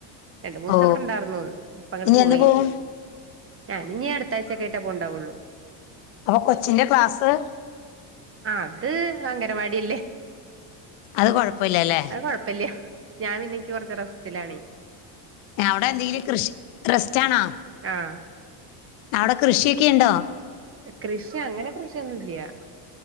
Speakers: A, on the right; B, on the left.
A: രണ്ടു ദൂസം
B: ഓ
A: ഇവിടെ ഇണ്ടായിർന്ന അപ്പ അങ്ങട്ട്
B: ഇനി
A: പോയി
B: എന്ന് പോവും
A: ഞാനിനീ അടുത്താഴ്ച കേട്ടാ പോ ഉണ്ടാവുള്ളൂ
B: അപ്പൊ കൊച്ചിന്റെ ക്ലാസ്
A: ആഹ് അത് അംഗനവാടിയല്ലേ
B: അത് കുഴപ്പയില്ലല്ലേ
A: അത് കുഴപ്പല്യ ഞാൻ പിന്നക്ക് കുറച്ച് റസറ്റിലാണേ
B: അവിടെ എന്തെങ്കിലും കൃഷി റസ്റ്റ് ആണോ
A: ആഹ്
B: അവിടെ കൃഷിയൊക്കെ ഉണ്ടോ
A: കൃഷി അങ്ങനെ കൃഷിയൊന്നുല്യാ-